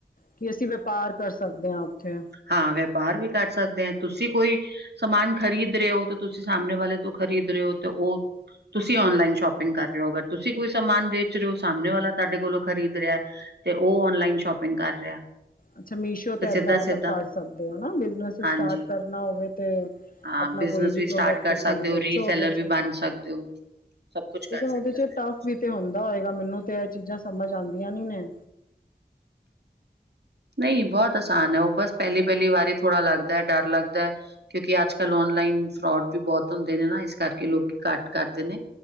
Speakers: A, on the left (about 55°); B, on the right (about 75°).
A: ਕਿ ਅਸੀਂ, ਵਪਾਰ ਕਰ ਸਕਦੇ ਹਾਂ ਉੱਥੇ?
B: ਹਾਂ ਵਪਾਰ ਵੀ ਕਰ ਸਕਦੇ ਹਾਂ, ਤੂਸੀਂ ਕੋਈ ਸਮਾਨ ਖਰੀਦ ਰਹੇ ਹੋ ਤਾਂ ਤੁਸੀਂ ਸਾਹਮਣੇ ਵਾਲੇ ਤੋਂ ਖਰੀਦ ਰਹੇ ਹੋ ਤੇ ਉਹ ਤੁਸੀਂ ਆਨਲਾਈਨ ਸ਼ੋਪਿੰਗ ਕਰ ਰਹੇ ਹੋ, ਅਗਰ ਤੁਸੀਂ ਕੋਈ ਸਮਾਨ ਵੇਚ ਰਹੇ ਹੋ, ਸਾਹਮਣੇ ਵਾਲਾ ਤੁਹਾਡੇ ਕੋਲੋਂ ਖਰੀਦ ਰਿਹਾ। ਤੇ, ਉਹ ਔਨਲਾਈਨ ਸ਼ੋਪਿੰਗ ਕਰ ਰਿਹਾ।
A: ਅੱਛਾ, ਮੀਸ਼ੋ ਤੇ
B: ਸਿੱਧਾ
A: ਏਦਾਂ ਮਤਲਬ
B: ਸਿੱਧਾ
A: ਕਰ ਸਕਦੇ ਹਾਂ, ਬਿਜਨਸ
B: ਹਾਂਜੀ
A: ਸਟਾਰਟ ਕਰਨਾ ਹੋਵੇ। ਤੇ
B: ਹਾਂ
A: ਆਪਣਾ
B: ਬਿਜਨਸ
A: ਕੋਈ ਵੀ
B: ਸਟਾਰਟ
A: ਪ੍ਰੋਡਕਟ
B: ਕਰ
A: ਤੁਸੀਂ
B: ਸਕਦੇ ਹੋ
A: ਵੇਚੋ
B: ਰੀਸੈਲਰ
A: ਉਹਦੇ ਚ
B: ਵੀ ਬਣ ਸਕਦੇ ਹੋ ਸਭ ਕੁਛ
A: ਲੇਕਿਨ
B: ਕਰ ਸਕਦੇ
A: ਉਹਦੇ ਚ
B: ਹੋ
A: ਟਫ
B: ਵਿੱਚ।
A: ਵੀ ਤੇ ਹੁੰਦਾ ਹੋਏਗਾ, ਮੈਨੂੰ। ਤੇ ਇਹ ਚੀਜ਼ਾਂ, ਸਮਝ ਆਉਂਦੀਆਂ ਨੀ ਨੇ।
B: ਨਹੀਂ ਬਹੁਤ ਆਸਾਨ ਹੈ। ਉਹ ਬਸ ਪਹਿਲੀ- ਪਹਿਲੀ ਵਾਰੀ ਥੋੜਾ ਲੱਗਦਾ ਡਰ ਲੱਗਦਾ ਹੈ। ਕਿਉਂਕਿ ਅੱਜ ਕੱਲ੍ਹ ਔਨਲਾਈਨ ਫਰੋਡ ਵੀ ਬਹੁਤ ਹੁੰਦੇ ਨੇ ਨਾ, ਇਸ ਕਰਕੇ ਲੋਕੀਂ ਘੱਟ ਕਰਦੇ ਨੇ,